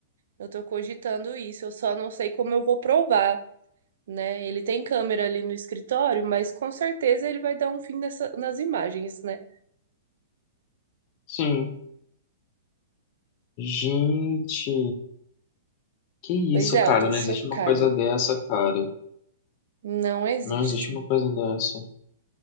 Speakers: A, on the right; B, on the left.
A: Eu tô cogitando isso, eu só não sei como eu vou provar, né? Ele tem câmera ali no escritório, mas com certeza ele vai dar um fim nessa- nas imagens, né?
B: Sim. Gente, que
A: Pois
B: isso,
A: é,
B: cara?
A: eu tô
B: Não
A: chocada.
B: existe uma coisa dessa, cara.
A: Não existe.
B: Não existe uma coisa dessa.